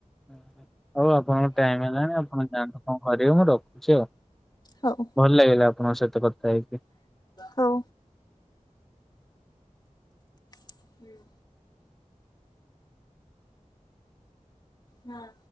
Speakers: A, in the centre; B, on the left (about 30°).
A: ହୁଁ ହୁଁ ହଉ ଆପଣଙ୍କ ଟାଇମ ହେଲାଣି ଆପଣ ଯାଆନ୍ତୁ କଣ କରିବେ ମୁଁ ରଖୁଛି ଆଉ।
B: ହଉ
A: ଭଲ ଲାଗିଲା ଆପଣଙ୍କ ସହିତ କଥା ହେଇକି।
B: ହଉ। ହୁଁ। ହଁ।